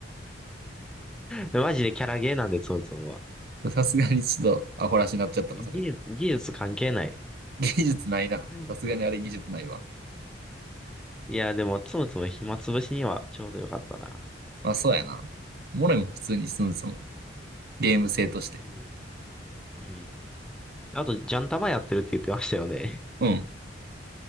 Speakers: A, in the centre; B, on the right.
A: でマジでキャラゲーなんで、つむつむは。
B: な。さすがにちょっとアホらしになっちゃったな、それで。
A: 技術、技術関係ない。
B: 技術ないな。
A: うん
B: さすがにあれ技術ないわ。
A: いや、でも、つむつむ暇つぶしにはちょうどよかったな。
B: まあそうやな。モレも普通に進むそのゲーム性として。
A: うん、うん。あと、ジャンタマやってるって言ってましたよね。
B: うん。